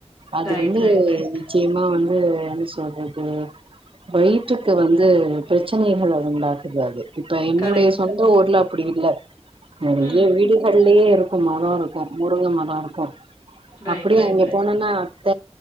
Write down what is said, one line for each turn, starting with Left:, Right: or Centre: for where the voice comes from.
Right: அது
Left: ரைட்,
Right: வந்து
Left: ரைட், ரைட்.
Right: நிச்சயமா வந்து என்ன சொல்றது வயிற்றுக்கு வந்து பிரச்சனைகள உண்டாகுது அது இப்ப என்னுடைய
Left: கரெக்ட்.
Right: சொந்த ஊர்ல அப்டி இல்ல நெறைய
Left: ம்.
Right: வீடுகள்லயே இருக்கு மரோ இருக்கு முருங்க மரோ இருக்கு
Left: ரைட்,
Right: அப்டியேஷஅங்க
Left: ரைட், ரைட்.
Right: போனனா அத்த